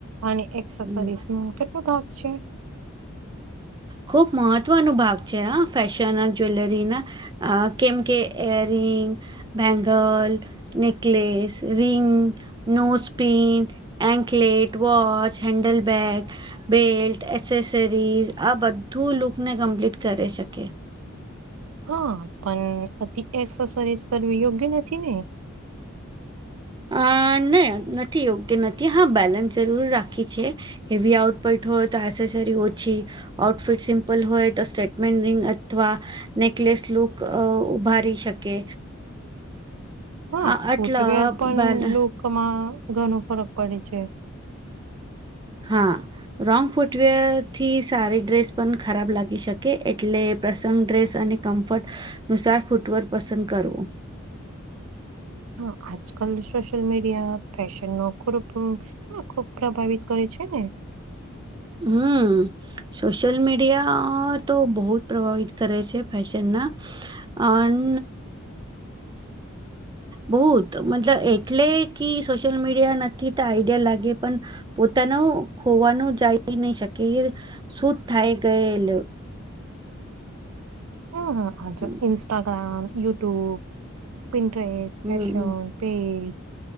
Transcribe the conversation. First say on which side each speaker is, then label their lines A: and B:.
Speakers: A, on the right; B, on the right.
A: અને એક્સેસરીસનો
B: હમ
A: કેટલો ભાગ છે?
B: ખુબ મહત્વનો ભાગ છે. ફેશન જ્વેલરીના અ કેમ કે, air ring, bangle. Necklace, ring, nose pin anklet, watch, handle bag, belt, accessories આ બધું લુકને કમ્પ્લીટ કરી શકે.
A: હા, પણ અતિ એક્સસરીસ કરવી યોગ્ય નથી ને?
B: અ નહી નથી યોગ્ય નથી. હા, બેલેન્સ જરૂર રાખી છે. હેવી આઉટપટ હોય, તો એસેસરી ઓછી આઉટફિટ સિમ્પલ હોય તો સ્ટેટમેન્ટ રિંગ અથવા નેકલેસ લુક ઉભારી શકે.
A: હા,
B: આ આટલા
A: ફૂટવેર પણ
B: બાલ
A: લુકમાં ઘણો ફરક પડે છે.
B: હા. રોંગ ફૂટવેરથી સારી ડ્રેસ પણ ખરાબ લાગી શકે. એટલે પ્રસંગ ડ્રેસ અને કમ્ફર્ટ નુસાર ફૂટવટ પસંદ કરવો
A: હ આજકાલ સોશયલ મીડિયા ફેશનનો ખૂરપ હ ખુબ પ્રભાવિત કરે છે ને
B: હમ્મ સોશિયલ મીડિયા તો બહુ જ પ્રભાવિત કરે છે ફેશનના અનન બહુ જ મતલબ એટલે કે સોશિયલ મીડિયા નથી તો આઈડિયા લાગે પણ પોતાનું ખોવાનું જાય નહી શકે શૂટ થાય ગયેલ
A: હમ્મ જો
B: હમ
A: Instagram YouTube Pinterest dress
B: હમ
A: fashion તેજ